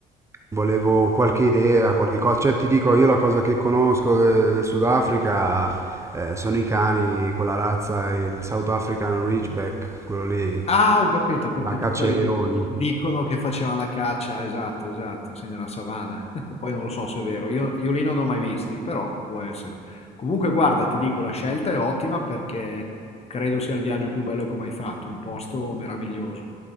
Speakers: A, on the right; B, on the left.
A: volevo qualche idea, qualche cosa. Cioè, ti dico, io la cosa che conosco de- del Sudafrica eh, sono i cani, quella razza, il South African Ridgeback, quello lì,
B: Ah, ho capito, ho capito.
A: la caccia
B: Quelli
A: ai leoni.
B: che dicono che facevano la caccia, esatto, esatto, sì, nella savana. <laughs> Poi non lo so se è vero, io, io lì non ho mai visti, però può essere. Comunque, guarda, ti dico, la scelta è ottima perché credo sia il viaggio più bello che ho mai fatto. È un posto meraviglioso.